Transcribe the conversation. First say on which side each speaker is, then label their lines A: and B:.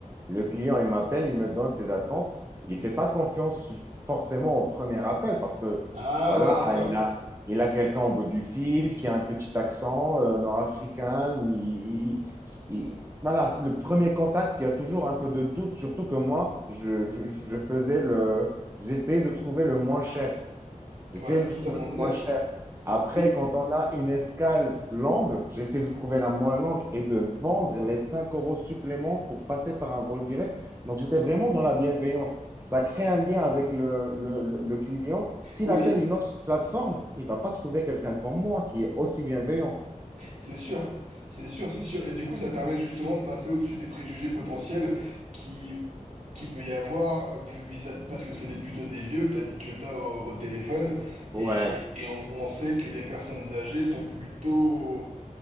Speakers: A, on the right (about 20°); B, on the right (about 65°).
A: Le client, il m'appelle, il me donne ses attentes. Il ne fait pas confiance forcément au premier appel parce que,
B: Ah
A: voilà,
B: ouais, d'accord.
A: il a, il a quelqu'un au bout du fil qui a un petit accent euh, nord-africain. Il- il- il- il- voilà, le premier contact, il y a toujours un peu de doute, surtout que moi, je, je, je faisais le, j'essayais de trouver le moins cher.
B: Bah,
A: J'essaie
B: c'est
A: de
B: tout
A: trouver
B: à ton honneur.
A: le moins cher Après,
B: Mais
A: quand on a une escale longue, j'essaie de trouver la moins longue et de vendre les 5 euros supplément pour passer par un vol direct. Donc, j'étais vraiment dans la bienveillance. Ça crée un lien avec le, le, le- le client. S'il
B: oui,
A: appelle une autre plateforme, il va pas trouver quelqu'un comme moi qui est aussi bienveillant.
B: C'est sûr, c'est sûr, c'est sûr. Et du coup, ça permet justement de passer au-dessus des préjugés potentiels qui, qui peut y avoir, euh, visa- parce que c'est des- plutôt des vieux que t'as dit- que t'as au, au téléphone, et,
A: Ouais.
B: et on, on sait que les personnes âgées sont plutôt...